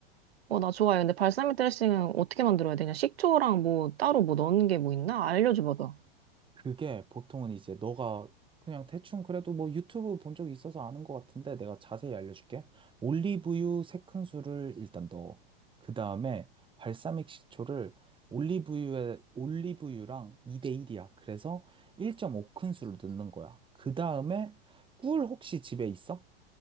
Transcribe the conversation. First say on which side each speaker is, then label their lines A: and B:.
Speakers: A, on the right (about 80°); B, on the right (about 15°).
A: 어, 나 좋아해. 근데 발사믹 드레싱은 어떻게 만들어야 되냐? 식초랑 뭐 따로 뭐 넣는 게 뭐 있나? 알려줘봐봐.
B: 그게 보통은 이제 너가 그냥 대충 그래도 뭐 유튜브 본 적이 있어서 아는 것 같은데 내가 자세히 알려줄게. 올리브유 세 큰술을 일단 넣어. 그 다음에 발사믹 식초를 올리브유에, 올리브유랑 2대1이야. 그래서 1.5큰술을 넣는 거야. 그 다음에 꿀 혹시 집에 있어?